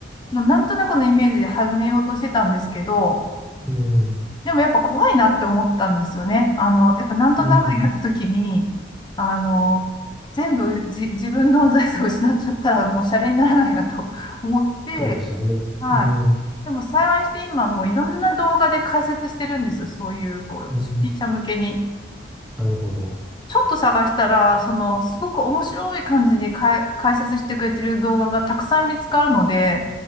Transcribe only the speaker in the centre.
うん、
うん。
そうですよね。
うん、
うん。
なるほど。